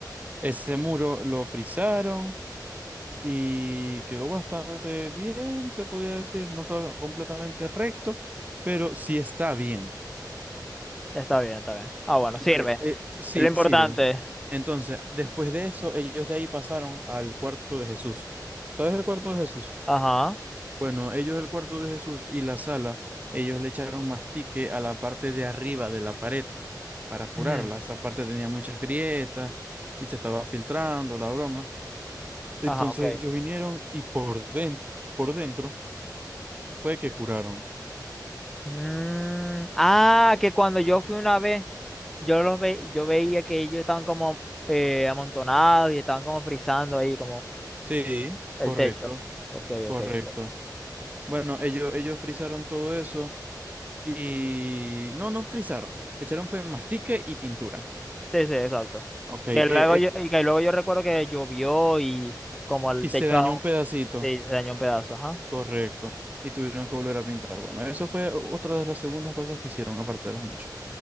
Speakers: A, on the right; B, in the centre.
A: Ese muro lo frizaron y quedó bastante bien, se podía decir. No estaba completamente recto, pero sí está bien.
B: Está bien, está bien. Ah, bueno, sirve.
A: Ok, eh, sí,
B: Es lo importante.
A: sirve. Entonces, después de eso, ellos de ahí pasaron al cuarto de Jesús. ¿Sabes el cuarto de Jesús?
B: Ajá.
A: Bueno, ellos el cuarto de Jesús y la sala, ellos le echaron mastique a la parte de arriba de la pared para curarla.
B: Ujú.
A: Esa parte tenía muchas grietas y se estaba filtrando la broma. Entonces
B: Ajá, ok.
A: ellos vinieron y por den- por dentro fue que curaron.
B: Mm, ah, que cuando yo fui una vez, yo los ve, yo veía que ellos estaban como eh, amontonados y estaban como frizando ahí como
A: Sí, correcto,
B: el techo. Ok,
A: correcto.
B: ok, ok.
A: Bueno, ellos, ellos frisaron todo eso Y no, no frizaron. Le echaron fue mastique y pintura.
B: Sí, sí, exacto.
A: Ok, eh,
B: Que luego
A: eh,
B: yo, y que luego yo recuerdo que llovió y como el
A: y
B: techo
A: se dañó
B: aún-
A: un pedacito.
B: sí, se dañó un pedazo, ajá.
A: Correcto. Y tuvieron que volver a pintar. Bueno, eso fue otra de las segundas cosas que hicieron, aparte de las muchas.